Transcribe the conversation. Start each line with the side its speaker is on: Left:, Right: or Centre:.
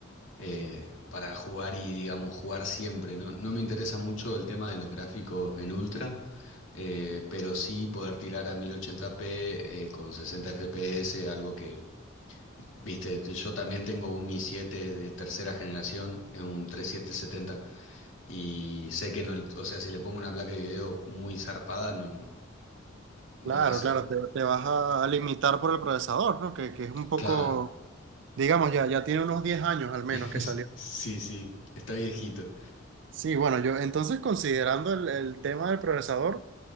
Left: eh, para jugar y, digamos, jugar siempre. No, no me interesa mucho el tema de los gráficos en ultra. eh, pero sí poder tirar a mil ochenta p eh, con 60 FPS, algo que Viste, yo también tengo un i7 de tercera generación, es un 3770, y sé que no, o sea, si le pongo una placa de video muy zarpada, no me
Right: Claro,
Left: va a hacer.
Right: claro, te, te vas a, a limitar por el procesador, ¿no? Que, que es un poco,
Left: Claro,
Right: digamos, ya, ya tiene unos 10 años al menos
Left: <laughs>
Right: que salió.
Left: sí, sí, está viejito.
Right: Sí, bueno, yo entonces considerando el, el tema del procesador,